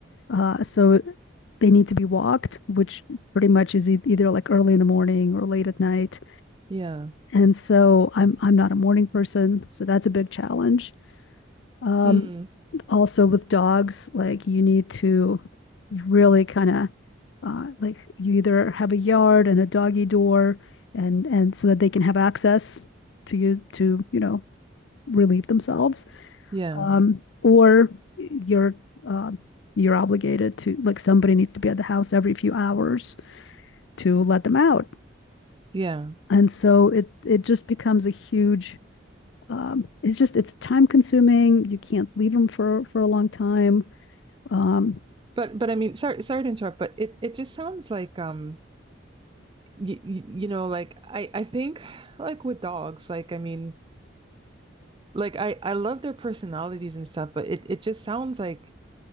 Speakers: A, on the left; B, on the right.
A: uh, so they need to be walked, which pretty much is e- either like early in the morning or late at night.
B: yeah
A: And so I'm I'm not a morning person, so that's a big challenge. Um,
B: hmm
A: also with dogs, like you need to really kind of uh, like you either have a yard and a doggy door and and so that they can have access to you to you know relieve themselves
B: yeah
A: um, or you're uh, you're obligated to like somebody needs to be at the house every few hours to let them out
B: yeah
A: and so it it just becomes a huge um, it's just it's time consuming you can't leave them for for a long time Um,
B: But but I mean, sorry sorry to interrupt, but it it just sounds like um y y- you know like I I think like with dogs, like I mean, like I I love their personalities and stuff, but it it just sounds like